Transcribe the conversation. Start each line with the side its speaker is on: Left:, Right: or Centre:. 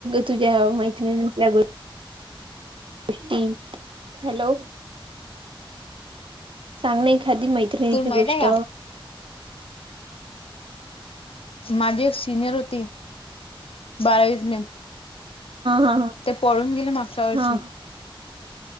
Right: तुझ्या मैत्रिणीच्या <unintelligible> हॅलो. सांग ण एखादी मैत्रिणीची
Left: तुला माहित
Right: गोष्ट.
Left: आहे का माझी एक सिनियर होती, बारावीतली.
Right: हा हा
Left: ते पळून गेले मागच्या वर्षी.
Right: हा